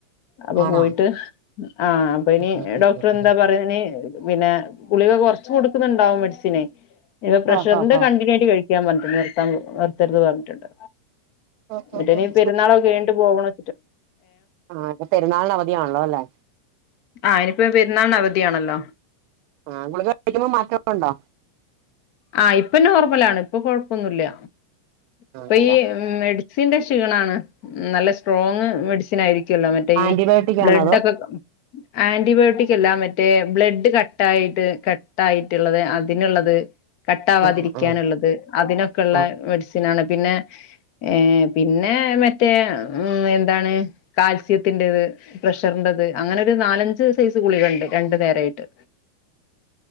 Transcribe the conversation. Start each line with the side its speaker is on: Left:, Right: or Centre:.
Left: അപ്പൊ
Right: ആണോ
Left: പോയിട്ട് ആ അപ്പ ഇനി
Right: ഉം
Left: ഡോക്ടർ
Right: ഉം ഉം
Left: എന്താ
Right: ഉം
Left: പറയ ഇനി പിന്നെ ഗുളിക കൊർച്ച് കൊട്ക്ക്ന്നിണ്ടാവും മെഡ്സിന്. ഇപ്പ പ്രഷറിന്റെ
Right: ആഹ് ആഹ് ആഹ്
Left: കണ്ടിന്യുയായിട്ട് കഴിക് <unintelligible> നിർത്തർത് പർഞ്ഞിട്ടിണ്ട്
Right: ആഹ്
Left: എന്നിട്ടിനി
Right: ആഹ് ആഹ്
Left: പെരുന്നാളൊക്കെയായ്ണ്ട് പോവ്ണ്
Right: ആ ഇപ്പ പെരുന്നാൾന് അവധിയാണല്ലോല്ലേ?
Left: ആഹ് <inaudible> അവധിയാണല്ലോ
Right: ആ ഗുളിക കഴിക്കുമ്പോ മാറ്റണ്ടോ?
Left: ആ ഇപ്പൊ നോർമലാണ് ഇപ്പൊ കൊഴപ്പൊന്നൂല്യ.
Right: ആഹ്
Left: ഇപ്പ
Right: ഇല്ല
Left: ഈ മെഡി സിന്റെ ക്ഷീണാണ്. നല്ല സ്ട്രോങ്ങ് മെഡിസിൻ ആയിരിക്കും ക്കൂല്ലോ മറ്റേ
Right: ആന്റിബയോട്ടിക്
Left: ഈ ബ്ലഡ്‌
Right: ആണോ അതോ
Left: ഒക്കെ ആന്റിബയോട്ടിക്കല്ല മറ്റേ ബ്ലഡ് കട്ടായിട്ട് കട്ടായിട്ടുള്ളത് അതിനുള്ളത് കട്ടാവാതിരിക്കാനുള്ളത്
Right: ആഹ് ആഹ്
Left: അതിനൊക്കെയുള്ള
Right: ആഹ് ആഹ്
Left: മെഡിസിനാണ് പിന്നെ ഏ പിന്നെ മറ്റേ എന്താണ് കാൽസ്യത്തിൻ്റെത് പ്രഷറിൻ്റത് അങ്ങനെ ഒരു നാലഞ്ച് സൈസ് ഗുളികേണ്ട്, രണ്ടു നേരായിട്ട്.
Right: <unintelligible>